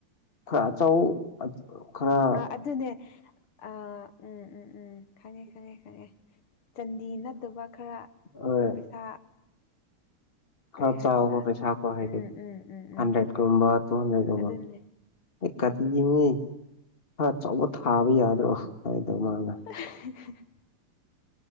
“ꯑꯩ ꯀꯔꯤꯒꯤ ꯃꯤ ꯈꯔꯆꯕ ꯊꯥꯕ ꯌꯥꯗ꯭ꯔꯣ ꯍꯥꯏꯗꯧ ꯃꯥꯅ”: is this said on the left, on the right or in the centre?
Left